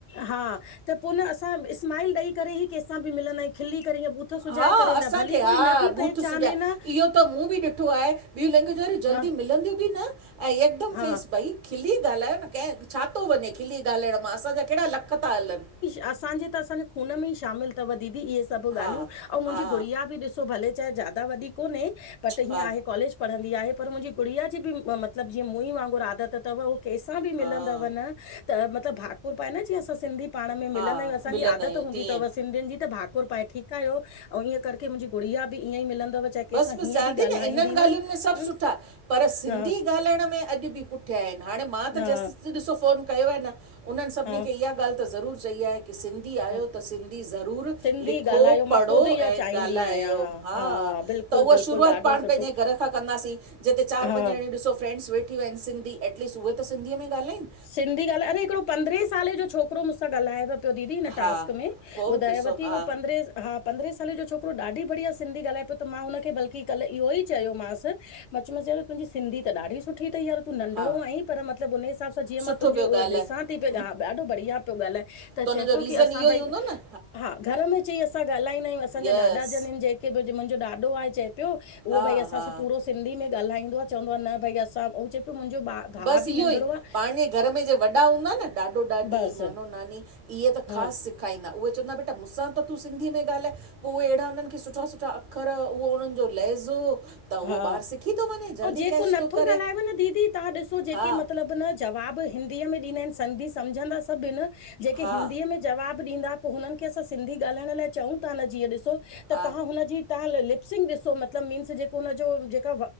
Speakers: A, on the left; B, on the right.
A: हा त पो न असां स्माइल ॾेई करे ई कैंसां बि मिलंदा आहियूं‌। खिली करे या ॿूथ सुॼाए
B: हा,
A: करे
B: असांखे
A: न भली
B: हा,
A: कोई न बि
B: ॿूथ
A: पहचाने
B: सुॼाए
A: न
B: इहो त मूं भी ॾिठो आए। ॿियूं लैंग्वेज वारयूं जल्दी
A: हा
B: मिलंदियूं बि न, ऐं यकदम
A: हा
B: फेस, भई खिली ॻालायो न? कंहिं छा थो वञे खिली ॻाल्हाइण मां? असांजा केहिड़ा लख था हलन!
A: असांजी त असांजे खून में शामिल थव दीदी, इहे सभु ॻाल्हियूं,,
B: हा
A: ऐं मुंहिंजी
B: हा
A: गुड़िया बि ॾिसो। ॾिसो भले चाहे ज़्यादा वॾी कोने, बट हिंयं
B: हा
A: आहें कॉलेज पढदीं आहे, पर मुंहिंजी गुड़िया जे ब़ि मत मतलब, जीअं मूं वांगुरु आदत थव, उह कहिंसां बि
B: हा
A: मिलंदव न त मतलब भा भाकुर पाए न जीअ, असां सिंधी पाण में भाकुर
B: हा
A: पाए न जीअं असां सिंधी मिलंदां आहियूं? असांजी
B: मिलंदा
A: आदत
B: आहियूं
A: हूंदी
B: तीअं
A: थव सिंधियुन जी त भाकुर पाए, ठीक आयो? अंऊ ईअं करके, मुंहिंजी गुड़िया बि ईअं ई मिलंदव। चाहे कंहिंसां
B: बस बस
A: हीअं
B: चवां
A: बि
B: थी
A: ॻाल्हाईंदी
B: न, इनन ॻालियुन
A: न
B: में सभ
A: हम्म
B: सुठा, पर सिंधी
A: हा
B: ॻालाइण में अॼु बि पुठियां आहिन। हाणे मां त
A: हा
B: जेस ॾिसो फोन कयो आहे न? उनन सभनी
A: हा
B: खे इहा ॻाल त, ज़रूर चई आहे की सिंधी सिंधी आहियो
A: हा
B: त? सिंधी ज़रूरु
A: सिंधी
B: लिखो-
A: ॻाल्हायो
B: पढ़ो
A: मां ख़ुदि इहा
B: ऐं
A: चाहींदी
B: ॻाल्हायो।
A: आहियां
B: हा।
A: बिल्कुलु
B: त उहा
A: बिल्कुलु
B: शुरुआत
A: ॾाढो
B: पाण
A: सुठो
B: पंहिंजे घर खां कंदासीं। जिते चारि
A: हा
B: पंज ॼणियूं। ॾिसो, फ्रेंड्स वेठियूं आहिनि सिंधी। एटलीस्ट उहे त सिंधीअ में गाल्हाइनि‌।
A: सिंधी ॻाल्हाए, अरे हिकिड़ो पंद्रहें सांल जो छोकिरो मुसां ॻाल्हाययोव। ॿियो दीदी, हिन् टास्क
B: हा
A: में,
B: पोइ
A: ॿुधायावती
B: ॾिसो हा
A: हूं पंद्रह हा। पंदहें साल जों छोकरों ॾाढी बढ़िया सिंधी गांल्हाए प्यो। त् मां हुनखे बल्कि कल्ह इहो ई चयोमांसि। मां चयोमांस यार तुंहिंजी सिंधी त ॾाढी सुठी तई यार। तू नंढिरो
B: हा
A: आहीं, पर मतलब उन हिसाब सां। जीअं
B: सुठो
A: मां तुंहिंजो
B: पियो
A: उहो
B: ॻाल्हाए
A: ॾिसां
B: त
A: थी पईा ॾाढो बढ़िया पियो ॻाल्हाए, त
B: हुनजो
A: चए पियो
B: रीज़न
A: की असां
B: इहो
A: भई।
B: ई हूंदो न
A: हा घर में चई असां ॻाल्हाईंदा आहियूं। असांजा
B: यस
A: ॾाॾा जन आहिनि जेके बि, मुंहिंजो ॾाॾो आहे चए पियो, उहो
B: हा
A: भई असां
B: हा
A: सभ पूरो सिंधी में ॻाल्हाईंदो आं। चवंदो आहे न भई असां, उह चए पियो, मुंहिंजो ॿारु। भाउ
B: बसि
A: बि
B: इहो
A: नंढिड़ो
B: ई
A: आं।
B: पंहिंजे घर में जे वॾा हूंदा न? ॾाॾो-ॾाॾी,
A: बसि
B: नानो- नानी इहे त ख़ासि
A: हा
B: सेखारींदा। उहे चवंदा बेटा मुसां असां सां त तूं सिंधी में ॻाल्हाए। पोइ उहे अहिड़ा उन्हनि खे सुठा- सुठा अख़र, उहो उन्हनि जो लहज़ो। त
A: हा,
B: उहो ॿारु सिखी थो वञे जल्दी
A: ऐं जेको
B: कैच
A: नथो
B: थो करे
A: ॻाल्हायव न दीदी? तव्हां ॾिसो, जेके
B: हा
A: मतिलबु न जवाबु हिंदीअ में ॾींदा आहिनि, सिंधी सम्झंदा सभु आहिनि‌ जेके
B: हा
A: हिंदीअ में जवाबु ॾींदा। पोइ हुननि खे असां सिंधी ॻाल्हाइण लाइ चऊं था न, जीअं ॾिसो? त
B: हा
A: तव्हां हुनजी तव्हां लिपसिंग ॾिसो, मतलब मीन्स जेके उनजो जेका,